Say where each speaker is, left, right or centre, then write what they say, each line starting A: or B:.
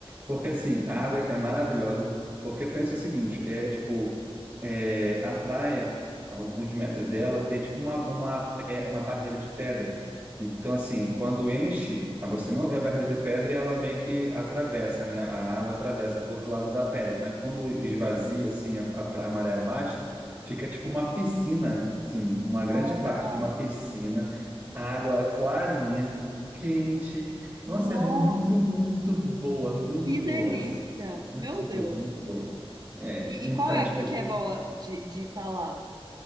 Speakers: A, on the right; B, on the right.
A: Porque assim, a água é maravilhosa, porque pensa o seguinte, é tipo, é, a praia, a alguns metros dela, tem tipo uma, uma, pe- uma barreira de pedra. Então, assim, quando enche, aí você não vê a barreira de pedra e ela meio que atravessa, né? A água atravessa para o outro lado da pedra, mas quando esvazia, assim, a, a pra- a maré baixa, fica tipo uma piscina, assim, uma
B: Nossa.
A: grande parte de uma piscina, água clarinha, quente, nossa,
B: Nossa.
A: é muito, muito boa, muito
B: Que delícia!
A: boa. assim.
B: Meu
A: Muito boa,
B: Deus!
A: muito boa. É,
B: E,
A: então,
B: e qual época
A: tipo,
B: que é boa de, de ir pra lá?